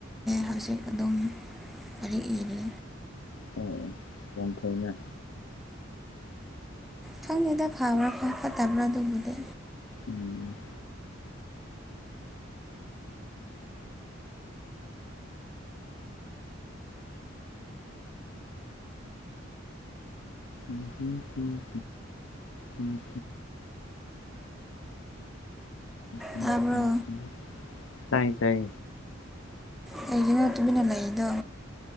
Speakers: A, in the centre; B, on the left.
A: ꯍꯧꯖꯤꯛ ꯑꯗꯨꯝ ꯂꯔꯤ ꯏꯔꯤ
B: ꯑꯣ ꯑꯣ ꯌꯥꯝ ꯊꯅ
A: ꯈꯪꯉꯦꯗ ꯐꯕ꯭ꯔꯥ ꯈꯣ ꯐꯠꯇꯕ꯭ꯔꯥ ꯑꯗꯨꯕꯨꯗꯤ
B: ꯎꯝ ꯎꯝ ꯍꯨꯝ ꯍꯨꯝꯝꯝ ꯍꯝ ꯍꯝꯝ
A: ꯇꯥꯕ꯭ꯔꯣ
B: ꯇꯥꯏ ꯇꯥꯏ
A: ꯀꯩꯒꯤꯅꯣ ꯇꯨꯃꯤꯟꯅ ꯂꯩꯔꯤꯗꯣ